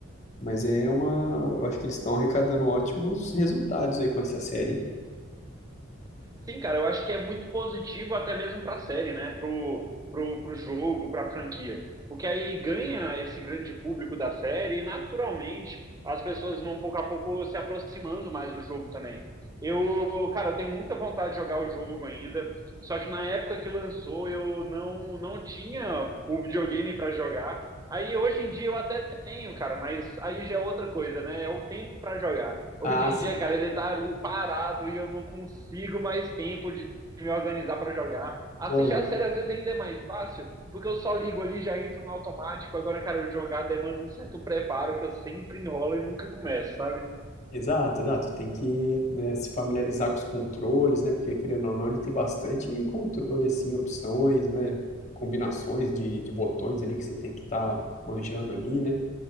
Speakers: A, on the left; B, on the right.
A: mas é uma... Eu acho que eles estão arrecadando ótimos resultados aí com essa série, hein?
B: Sim, cara, eu acho que é muito positivo até mesmo para a série, né? Pro, pro, pro jogo, para a franquia. Porque aí ganha esse grande público da série e naturalmente as pessoas vão pouco a pouco se aproximando mais do jogo também. Eu, cara, eu tenho muita vontade de jogar o jogo ainda, só que na época que lançou eu não, não tinha o videogame para jogar. Aí hoje em dia eu até tenho, cara, mas aí já é outra coisa, né? É o tempo para jogar. Hoje
A: Ah,
B: em
A: sim.
B: dia, cara, ele tá ali parado e eu não consigo mais tempo de me organizar para jogar. Assistir
A: Olha.
B: a série às vezes ainda é mais fácil, porque eu só ligo ali, já entro no automático. Agora, cara, jogar demanda um certo preparo que eu sempre enrolo e nunca começo, sabe?
A: Exato, exato. Tem que, né, se familiarizar com os controles, né? Porque, querendo ou não, ele tem bastante controle, assim, opções, né? Combinações de, de botões ali que você tem que estar manjando ali, né?